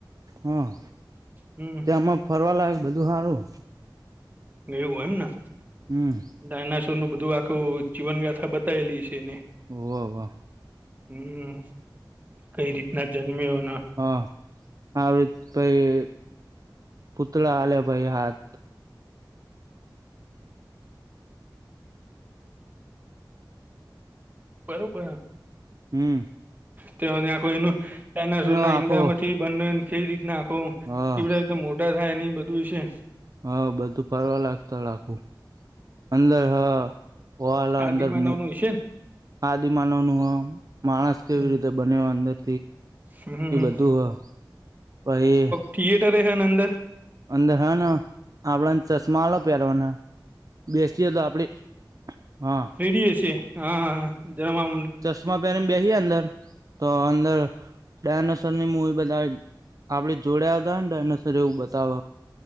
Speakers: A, on the right; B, on the right.
A: હા
B: હમ
A: તેમાં ફરવા લાયક બધું સારું
B: ને એવું એમને
A: હમ.
B: ડાયનાસોરનું બધું આખું જીવનગાથા બતાયેલી છે, એને
A: ઓવા વા
B: હમ કઈ રીતના જન્મ્યો ના
A: હ આડી ભાઈ પુતળા આલે ભાઈ હાથ
B: બરોબર.
A: હમ.
B: ત્યા આખો એનું ડાયનાસોરના
A: એનો આખો
B: ઈંડામાંથી બંને કઈ રીતના આખો
A: હા
B: કે બધા એ મોટા થાયને એ બધું વિશે
A: હ બધું ફરવા લાગત રાખું અંદર હ વાળ
B: આદિમાનવ
A: અંદર મુ
B: નું હશે
A: આદિ માનવ નું હો માણસ
B: ને.
A: કેવી રીતે બને અંદર
B: હમ
A: એ બધું પ એ
B: થથીિયેટર એ છે અંદર
A: અંદરનો આપણા ચશ્માલો પહેરવાના બેસતીએ તો આપડી હા
B: રેડી હ છે હા જવા
A: ચશ્મા પહેરીને બેસી અંદર તો અંદર ડાયનોસર ની મૂવી બધા આપડ જોડયા હતા ને ડાયનોસર એવું બતાવ